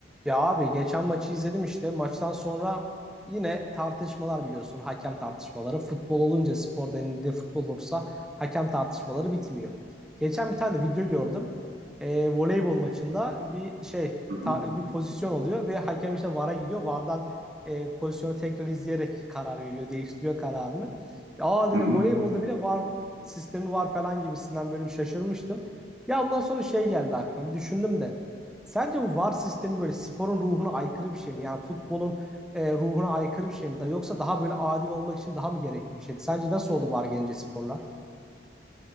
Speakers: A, in the centre; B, on the right.
A: Ya abi geçen maçı izledim işte. Maçtan sonra yine tartışmalar biliyorsun. Hakem tartışmaları. Futbol olunca spor denildiğinde futbol olursa hakem tartışmaları bitmiyor. Geçen bir tane de video gördüm. Ee, voleybol maçında bir şey
B: Hı
A: ta-
B: hı,
A: bir pozisyon oluyor ve hakem işte VAR'a gidiyor. VAR'dan e, pozisyonu tekrar izleyerek karar veriyor. Değiştiriyor kararını. Aa dedim
B: hı hı.
A: voleybolda bile VAR sistemi var falan gibisinden böyle bir şaşırmıştım. Ya ondan sonra şey geldi aklıma. Bir düşündüm de. Sence bu VAR sistemi böyle sporun ruhuna aykırı bir şey mi? Yani futbolun e, ruhuna aykırı bir şey mi? Da yoksa daha böyle adil olmak için daha mı gerekli bir şeydi? Sence nasıl oldu VAR gelince sporlar?